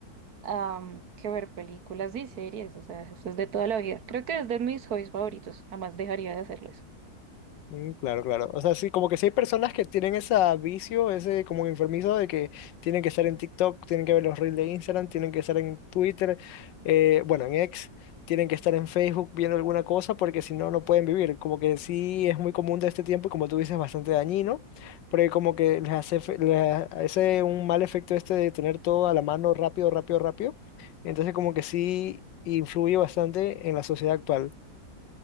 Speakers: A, on the right (about 60°); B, on the left (about 80°).
A: am, que ver películas y series, o sea, eso es de toda la vida. Creo que es de mis hobbies favoritos, jamás dejaría de hacerlo eso.
B: Mm, Claro, claro. O sea, sí, como que sí hay personas que tienen ese vicio, ese como enfermizo de que tienen que estar en TikTok, tienen que ver los reels de Instagram, tienen que estar en Twitter, eh, bueno, en X, tienen que estar en Facebook viendo alguna cosa porque si no, no pueden vivir. Como que sí es muy común de este tiempo y como tú dices, bastante dañino, porque como que les hace, fe- les hace un mal efecto este de tener todo a la mano rápido, rápido, rápido. Entonces como que sí influye bastante en la sociedad actual.